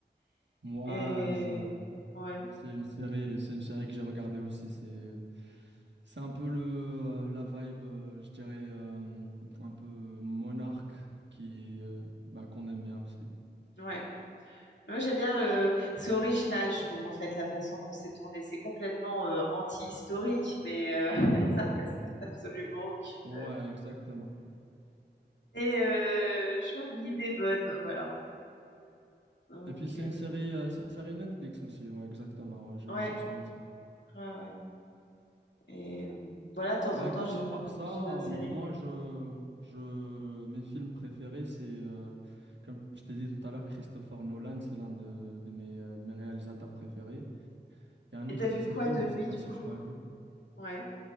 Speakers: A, on the right (about 80°); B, on the left (about 80°).
A: Moi,
B: Et
A: je
B: ouais,
A: C'est une série, c'est une série que j'ai regardée aussi. C'est, c'est un peu le, euh, la vibe, euh, je dirais, euh, un peu monarque qui, euh, bah, qu'on aime bien aussi.
B: ouais. Moi, j'aime bien le. C'est original, je trouve, en fait, la façon dont c'est tourné. C'est complètement euh, anti-historique, mais euh, <laughs> ça reste absolument aucune.
A: Ouais, exactement.
B: Mais euh, je trouve l'idée bonne, voilà. Donc,
A: Et puis c'est
B: euh,
A: une série, euh, c'est une série Netflix aussi. Ouais, exactement. Ouais, j'ai
B: ouais,
A: vu ça sur Netflix.
B: ouais, ouais. Et euh, voilà, de temps
A: Bah
B: en
A: écoute,
B: temps, je,
A: à part ça,
B: je suis d'autres séries,
A: euh, moi,
B: mais...
A: je, je, mes films préférés, c'est, euh, comme je t'ai dit tout à l'heure, Christopher Nolan, c'est l'un de, de mes, euh, de mes réalisateurs préférés. Il y a un autre
B: Et t'as vu
A: de ses
B: quoi
A: films,
B: de
A: je
B: lui,
A: sais pas
B: du
A: si
B: coup?
A: tu l'as vu.
B: Ouais.